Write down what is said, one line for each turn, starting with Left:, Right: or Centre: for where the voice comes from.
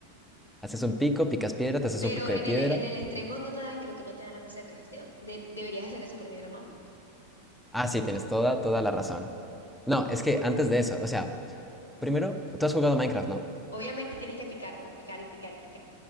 Centre: haces un pico, picas piedra, te haces
Left: Pero
Centre: un pico
Left: en
Centre: de piedra.
Left: el, en el extremo no te dan, creo que no te dan la mesa de crafteo. De- deberías hacer eso primero, ¿no?
Centre: Ah, sí, tienes toda, toda la razón. No, es que antes de eso, o sea, primero, tú has jugado Minecraft, ¿no?
Left: Obviamente tienes que picar, ¿no? Picar y picar y picar.